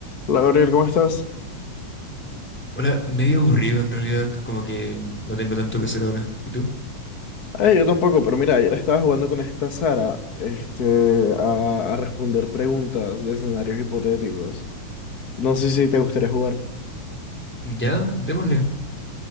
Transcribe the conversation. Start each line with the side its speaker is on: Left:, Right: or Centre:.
Left: Hola Gabriel, ¿cómo estás?
Centre: Hola, medio aburrido en realidad, como que no tengo tanto que hacer ahora. ¿Y tú?
Left: Eh, yo tampoco, pero mira, ayer estaba jugando con esta Sara, este, a, a responder preguntas de escenarios hipotéticos. No sé si te gustaría jugar.
Centre: Ya, démosle.